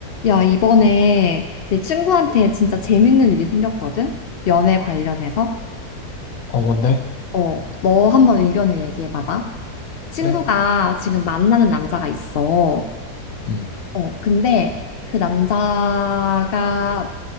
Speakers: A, on the left; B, on the left.
A: 야, 이번에 내 친구한테 진짜 재밌는 일이 생겼거든? 연애 관련해서.
B: 어, 뭔데?
A: 어, 너 한번 의견을 얘기해 봐봐. 친구가
B: 그래?
A: 지금 만나는 남자가 있어.
B: 음,
A: 어, 근데 그 남자가